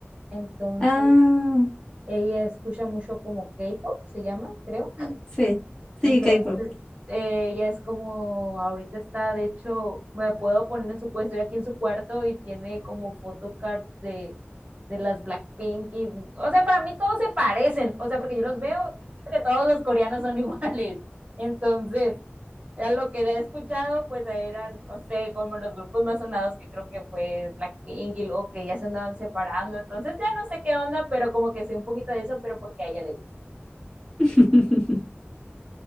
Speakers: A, on the right; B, on the left.
A: entonces
B: Ah,
A: ella escucha mucho como K-pop, se llama, creo.
B: sí,
A: Entonces,
B: sí, K-pop.
A: eh, ella es como, ahorita está, de hecho, me puedo poner en su puesto, estoy aquí en su cuarto y tiene como photocards de, de las Blackpink y, o sea, para mí todos se parecen, o sea, porque yo los veo y creo que todos los coreanos son <laughs> iguales. Entonces, a lo que he escuchado, pues eran, no sé, como los grupos más sonados que creo que fue Blackpink y luego que ya se andaban separando, entonces ya no sé qué onda, pero como que sé un poquito de eso, pero porque a ella le gusta.
B: <laughs>